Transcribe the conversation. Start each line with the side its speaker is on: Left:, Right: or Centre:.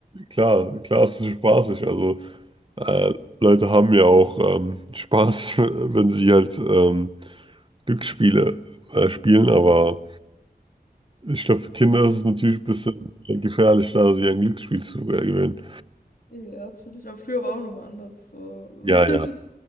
Right: klar, klar ist es spaßig. Also äh, Leute haben ja auch ähm, Spaß, <laughs> wenn sie halt ähm, Glücksspiele äh, spielen, aber ich glaube, für Kinder ist es natürlich ein bisschen gefährlich, da sie ein Glücksspiel zu äh, gewinnen.
Left: Ja, natürlich. Aber früher war auch nochmal anders. So. <laughs>
Right: Ja,
Left: Das,
Right: ja.
Left: ist-